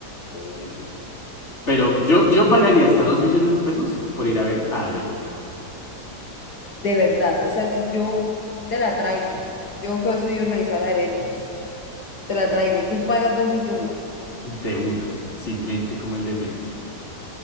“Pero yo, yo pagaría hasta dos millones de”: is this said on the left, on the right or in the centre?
Left